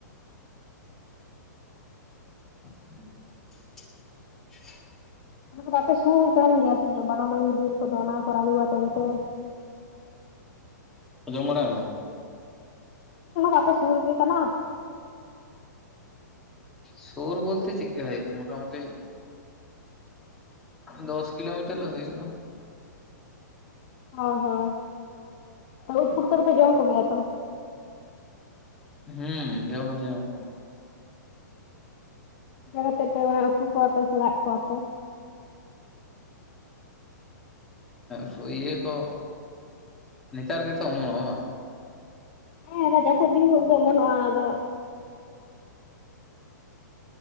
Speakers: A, in the centre; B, on the left.
A: <inaudible>
B: ᱚᱱᱟ ᱟᱯᱮ ᱥᱩᱨ ᱠᱟᱱ ᱜᱮᱭᱟᱥᱮ ᱵᱟᱨᱚ ᱢᱟᱭᱤᱞ ᱵᱤᱨ ᱠᱚᱫᱚ? ᱚᱱᱟ ᱠᱚ ᱨᱟᱱᱤ ᱵᱟ ᱚᱱᱛᱮ᱾
A: ᱚᱡᱚᱢ ᱵᱟᱲᱟᱣ ᱠᱮᱫᱟᱢ?
B: ᱟ ᱟᱯᱮ ᱥᱩᱨ ᱜᱮ ᱠᱟᱱᱟ᱾
A: ᱥᱩᱨ ᱵᱚᱞᱛᱮ ᱴᱷᱤᱠ ᱜᱮ ᱦ ᱢᱳᱴᱟᱢᱩᱴᱤ᱾ ᱫᱚᱥ ᱠᱤᱞᱳᱢᱤᱴᱟᱨ ᱫᱚ ᱦᱩᱭᱼᱟ᱾
B: ᱚ ᱦᱚ ᱩᱫ ᱯᱩᱴᱟᱹ ᱠᱚᱫᱚ ᱯᱮ ᱡᱚᱢ ᱠᱚᱜᱮᱭᱟ ᱛᱚ᱾
A: ᱦᱩᱸ ᱡᱚᱢ ᱦᱚᱸ ᱞᱮ ᱢᱚᱡ ᱠᱚᱣᱟ ᱾
B: ᱚᱱᱠᱟ ᱠᱟᱛᱮ ᱯᱮ ᱚᱲᱟᱜ ᱩᱛᱩ ᱠᱚᱣᱟᱯᱮ ᱥᱮᱲᱟᱜ ᱠᱚᱣᱟᱯᱮ?
A: ᱦ ᱤᱭᱟᱹ ᱠᱚ ᱱᱮᱛᱟᱨ ᱜᱮᱛᱚ ᱚᱢᱚᱱᱚᱜᱼᱟ ᱵᱟᱝ?
B: ᱦᱮᱸ ᱟᱫᱚ ᱡᱟᱹᱯᱩᱫ ᱫᱤᱱᱜᱩᱲ ᱫᱚ ᱵᱚᱱᱚᱜᱼᱟ ᱟᱫᱚ᱾